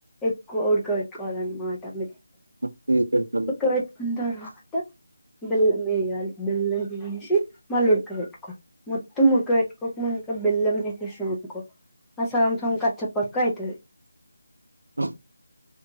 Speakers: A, in the centre; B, on the right.
A: ఎక్కువ ఉడక బెట్టుకోవాలన్నమాట మీరు
B: ఓకే. చెప్తాను.
A: ఉడుకబెట్టుకుం తర్వాత బెల్లం యేయాలి బెల్లం యేసి మళ్ళీ ఉడకబెట్టుకోవాలి మొత్తం ఉడకబెట్టుకోక ముందే బెల్లం యేషేసిన వనుకో ఆ సగం సగం కచ్చా పక్కా అయితది
B: అ